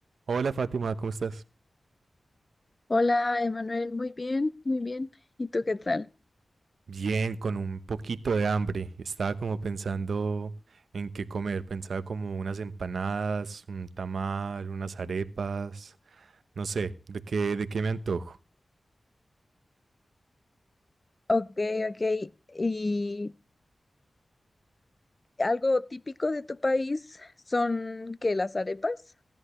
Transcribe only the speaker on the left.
Hola, Emanuel, muy bien, muy bien. ¿Y tú qué tal?
Ok, ok. ¿Y algo típico de tu país son que las arepas?